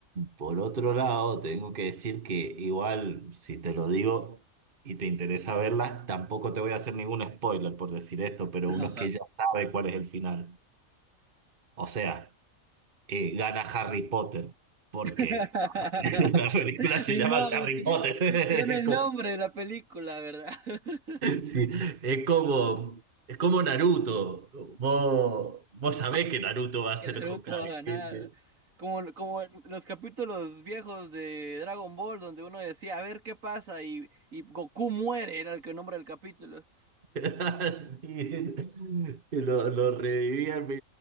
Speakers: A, on the right; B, on the right.
A: por otro lado, tengo que decir que igual, si te lo digo y te interesa verlas, tampoco te voy a hacer ningún spoiler por decir esto, pero
B: <laughs>
A: uno es que ya sabe cuál es el final. O sea, eh, gana Harry Potter, porque
B: <laughs>
A: <laughs> la película se
B: Ni
A: llama
B: modo,
A: Harry
B: t-
A: Potter.
B: tiene el
A: <laughs> Como-
B: nombre de la película, ¿verdad? <laughs>
A: Sí, es como, es como Naruto. Vos, vos sabés que Naruto va a ser
B: Que Naruto
A: Hokage,
B: va a ganar.
A: ¿viste?
B: Como, como en los capítulos viejos de Dragon Ball, donde uno decía, a ver qué pasa, y, y Goku muere, era el que nombra el capítulo.
A: <laughs> Sí. Lo, lo revivían mi-